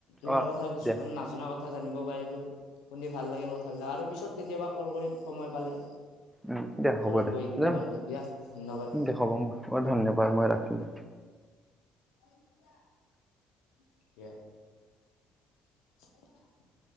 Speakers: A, on the left; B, in the centre.
A: তোমাৰ
B: অ
A: কথা কিছুমান
B: দিয়া
A: নাজ জনা কথা জানিব পাৰিলোঁ। শুনি ভাল লাগিল কথাবিলাক আৰু পিছত কেতিয়াবা কল কৰিম সময় পালে।
B: উম, দে হ'ব
A: ঘৰত
B: দে
A: বহি কিনে
B: যাম
A: ভালকে দিয়া ধন্যবাদ
B: দে হ'ব মই ধন্যবাদ
A: দিয়া
B: মই ৰাখিলো দে।
A: <unintelligible> দিয়া। অ <inaudible>